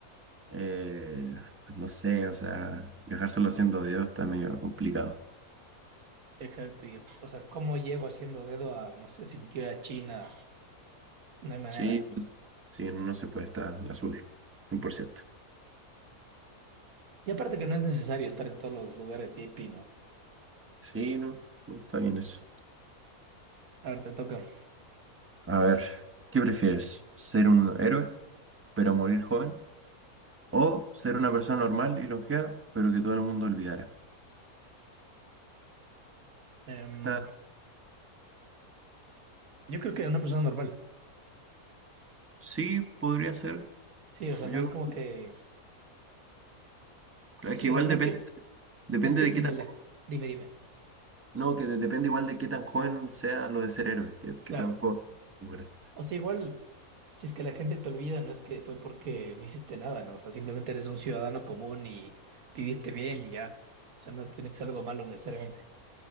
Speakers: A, on the right; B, on the right.
A: Eh, pues no sé, o sea, viajar solo siendo Dios está medio complicado.
B: Exacto, y, o sea, ¿cómo llego haciendo dedo a, no sé, si me quiero ir a China? No hay manera.
A: Sí, Sí, no se puede estar al azul, cien por ciento
B: Y aparte que no es necesario estar en todos los lugares VIP, ¿no?
A: Sí, no, no, está bien eso.
B: A ver, te toca.
A: <clears throat> A ver, ¿qué prefieres? ¿Ser un héroe, pero morir joven? ¿O ser una persona normal y longeva, pero que todo el mundo olvidara?
B: Em,
A: Está-
B: yo creo que una persona normal.
A: Sí, podría ser.
B: Sí, o sea,
A: Yo,
B: no es como que...
A: es
B: Sí,
A: que igual
B: o sea, no
A: depende,
B: es que...
A: depende
B: No es que
A: de
B: sí
A: qué tan,
B: me la... Dime, dime.
A: no, que de- depende igual de qué tan joven sea lo de ser héroe, que,
B: Claro.
A: qué tan joven muera.
B: O sea, igual, si es que la gente te olvida, no es que fue porque no hiciste nada, ¿no? O sea, simplemente eres un ciudadano común y viviste bien y ya. O sea, no tiene que ser algo malo necesariamente.